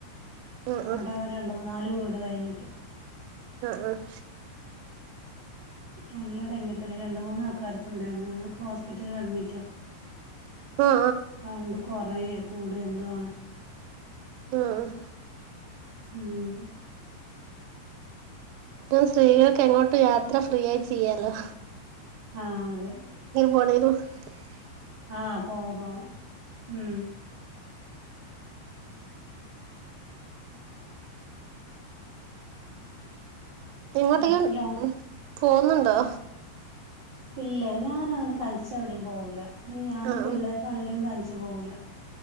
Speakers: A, on the right (about 90°); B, on the right (about 55°).
A: ആ
B: അവടെ
A: ആ
B: രണ്ട് മൂന്നാല് വീട് ട്ടതഴിഞ്ഞിട്ട്
A: അ ആഹ്
B: നല്ല ഡെങ്കിപനി രണ്ട്മൂന്നാൾക്കാർക്ക് ഇണ്ടാര്ന്നു അവരൊക്കെ ഹോസ്പിറ്റലിൽ
A: ആ ആ ആ
B: സൗണ്ട് കൊറേയും കൂടെ എന്ത്വാണ്
A: ആഹ്
B: ഉം
A: ഇപ്പൊ സ്ത്രീകൾക്കെങ്ങോട്ടും യാത്ര ഫ്രീ യായ് ചെയ്യാലോ
B: ആഹ് അതേ
A: വോളിന്നു <unintelligible>
B: ആഹ് പോവാ പോവാ ഉം
A: ഇങ്ങോട്ടേങ്കിലും
B: എടക്കലോ
A: പോന്ന്ണ്ടൊ
B: ഇല്ല ഞാൻ അങ്ങനെ തനിച്ച് എവിടേം പോവൂല ഇനി ഞാനും
A: ആ
B: പിള്ളേരാണേലും തനിച്ച് പോവൂല